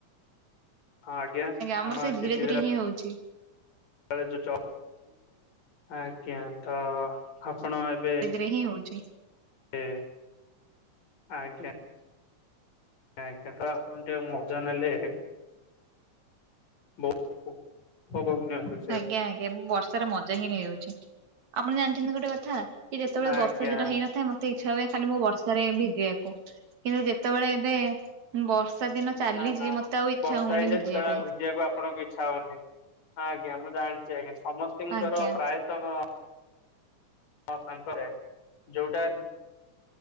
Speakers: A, on the left; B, on the right.
A: ହଁ ଆଜ୍ଞା
B: ଆମର
A: ଆମ
B: ସେଇ
A: ଆଡେ
B: ଧୀରେ
A: <unintelligible>
B: ଧୀରେ ହିଁ ହୋଉଚି।
A: <unintelligible> ଆଜ୍ଞା ତ ଆପଣ ଏବେ
B: ରେ ହିଁ ହୋଉଚି।
A: ଏ ଆଜ୍ଞା। <unintelligible> କେତଳେ ଆପଣ ଟିକେ ମଜା ନେଲେ <unintelligible> ଧନ୍ୟବାଦ।
B: ଆଜ୍ଞା ଆଜ୍ଞା ବର୍ଷାରେ ମଜା ହିଁ ନେଇଯାଉଚି ଆପଣ ଜାଣିଚନ୍ତି ଗୋଟେ କଥା? ସେ ଯେତେବେ
A: ଆଜ୍ଞା
B: ବର୍ଷା ଦିନ ହେଇନଥାଏ ମ ମତେ ଇଚ୍ଛା ହୁଏ ଖାଲି ମୁଁ ବର୍ଷାରେ ଭିଜିବାକୁ କିନ୍ତୁ ଯେତେବେଳେ ଏବେ ବର୍ଷା ଦିନ ଚାଲିଛି
A: ନା ନା
B: ମତେ ଆଉ ଇଚ୍ଛା
A: ବର୍ଷା
B: ହଉନି
A: ହେଇଯାଏ
B: ଭିଜିବା
A: ସେତେବେଳେ ଆଉ
B: ପାଇଁ।
A: ଭିଜିବାକୁ ଆପଣଙ୍କୁ ଇଚ୍ଛା ହବନି। ଆଜ୍ଞା ମୁଁ ଜାଣିଛି ଆଜ୍ଞା ସମସ୍ତଙ୍କର
B: ଆଜ୍ଞା
A: ପ୍ରାୟତଃ ହଁ ତାଙ୍କର ଯୋଉଟା